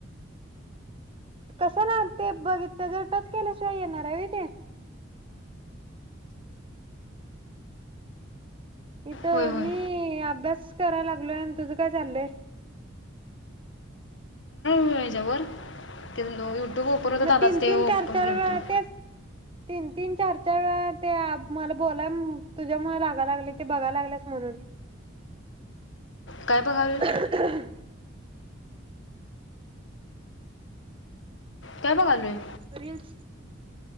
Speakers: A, on the right; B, on the left.
A: कसं लाम ते बघ ते जर टच केल्याशिवाय येणार हाय व्हय ते इथं
B: होय होय
A: मी, अभ्यास कराय लागलो. आणि तुझं काय चाललंय
B: ह्याच्यावर <unintelligible> <unintelligible>
A: मग
B: दादाच
A: तीन
B: तेवपर
A: तीन चार चार
B: गेल
A: वेळा
B: तो
A: तेच तीन तीन, चार चार वेळा ते मला बोला. तुझ्यामुळे रागा लागले ते बघाय लागलेस म्हणून
B: काय बघालोय
A: <unintelligible>
B: काय बगालोय?
A: रील्स